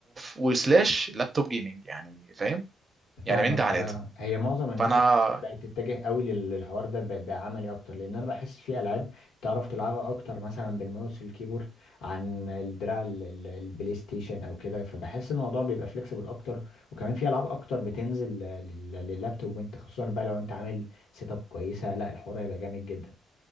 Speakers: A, on the right (about 30°); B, on the left (about 85°).
A: وسلاش لابتوب جيمنج يعني فاهم يعني
B: فاهمك
A: من ده على
B: آه.
A: ده
B: هي معظم الناس
A: فانا
B: بقت بقت تتجه قوي لل- للحوار ده بقى بقى عملي اكتر لان انا بحس في العاب تعرف تلعبها اكتر مثلا بالماوس والكيبورد عن الدراع ال- ال- البلاي ستيشن او كده فبحس الموضوع بيبقى فليكسيبل اكتر وكمان في العاب اكتر بتنزل لل- لللابتوب وانت خصوصا بقى لو انت عامل سيت اب كويسه لا الحوار هيبقى جامد جدا